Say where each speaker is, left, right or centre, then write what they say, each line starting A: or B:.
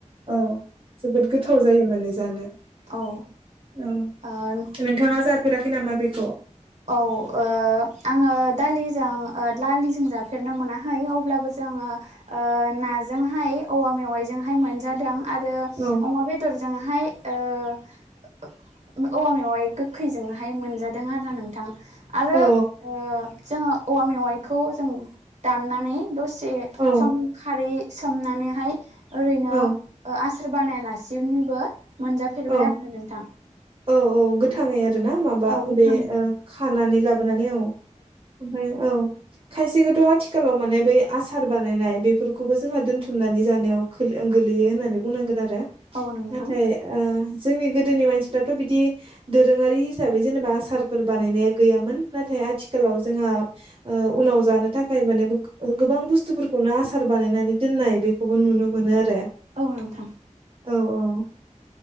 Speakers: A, on the right (about 45°); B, on the right (about 65°).
A: औ जोबोद गोथाव जायो माने जानो
B: औ
A: औ
B: ओ
A: नोंथाङा जाफेराखै नामा बेखौ
B: औ ओ आङो दालिजों ओ दालिजों जाफेरनो मोनाहै अब्लाबो जो जोङो ओ नाजोंहाय औवा मेवाइजोंहाय मोनजादों आरो
A: औ
B: अमा बेदरजोंहाय ओ औवा मेवाइ गोखैजोंहाय मोनजादों आरो नोंथां आरो
A: औ
B: ओ जोङो औवा मेवाइखौ जों दाननानै दसे
A: औ
B: सम खारै सोमनानैहाय ओरैनो
A: औ
B: ओ आस सार बानायालासिनोबो मोनजाफेरबाय
A: औ
B: आरोना नोंथां
A: औ औ गोथाङै आरो ना माबा
B: औ गोथाङै
A: बे ओ खानानै ला बोनानै औ ओमफ्राय औ खायसेखौथ' आथिखालाव माने बै आसार बानायनाय बेफोरखौबो जोंहा दोनथुमनानै जानायाव खोलो ओ गोलैयो होननानै बुंनांगोन आरो
B: औ नोंथां
A: नाथाय ओ जोंनि गोदोनि मानसिफ्राथ' बिदि दोरोङारि हिसाबै जेनेबा आसारफोर बानायनाया गैयामोन नाथाय आथिखालाव जोंहा ओ उनाव जानो थाखाय माने गोबां बुस्थुफोरखौनो आसार बानायनानै दोननाय बेखौबो नुनो मोनो आरो
B: औ नोंथां
A: औ औ